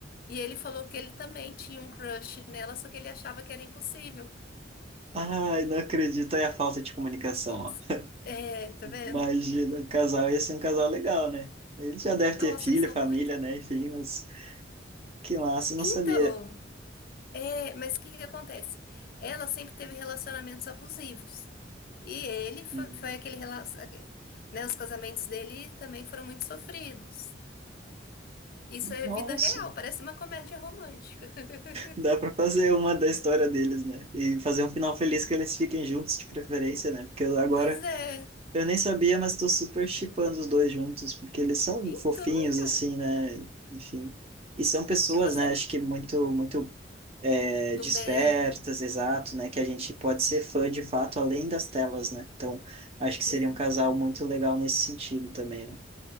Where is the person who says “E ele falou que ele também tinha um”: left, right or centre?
Left